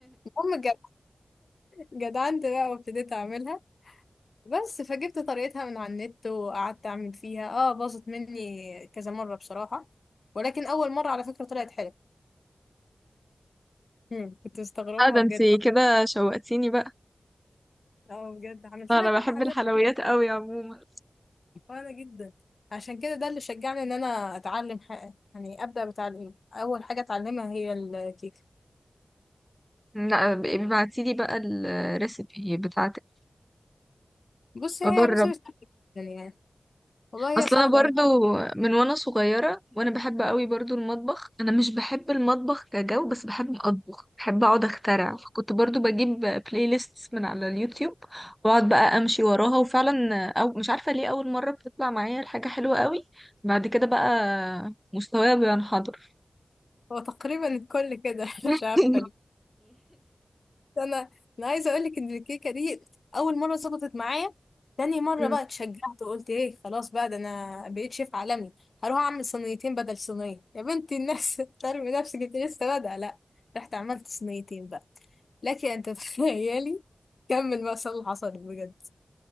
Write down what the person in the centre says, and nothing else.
اه ده
انت كده شوقتيني بقى
أنا
بحب
الحلويات قوي عموما
لا ابعتيلي بقى الريسيبي بتاعتك
أجرب
اصل
انا برضو
من وانا صغيره وانا بحب قوي برضو المطبخ انا مش بحب المطبخ كجو بس بحب اطبخ بحب اقعد اخترع فكنت برضو بجيب بلاي ليست من على اليوتيوب واقعد بقى امشي وراها وفعلا او مش عارفه ليه اول مره بتطلع معايا الحاجه حلوه قوي بعد كده بقى مستواي بينحدر
<laughs>
مم.